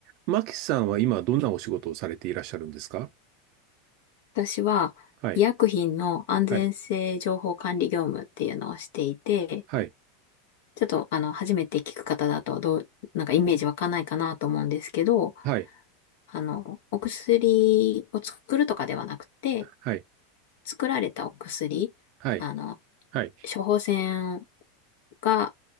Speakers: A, on the right; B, on the left.
A: マキさんは今どんなお仕事をされていらっしゃるんですか
B: 私は医薬品の安全性情報管理業務っていうのをしていて、
A: はい、はい、はい、
B: ちょっとあの、初めて聞く方だとどう、なんかイメージ湧かんないかなと思うんですけど、
A: はい、
B: あの、お薬を作るとかではなくて、
A: はい、
B: 作られたお薬、
A: はい、
B: あの、
A: はい、
B: 処方箋が、